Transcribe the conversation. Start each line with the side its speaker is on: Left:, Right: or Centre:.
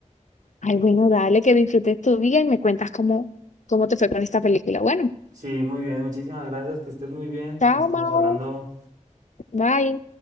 Left: Ay, bueno, dale, que disfrutes tu día y me cuentas cómo, cómo te fue con esta película. Bueno,
Right: Sí, muy bien. Muchísimas gracias. Que estés muy bien.
Left: chao,
Right: Nos estamos
Left: Mau.
Right: hablando.
Left: Bye.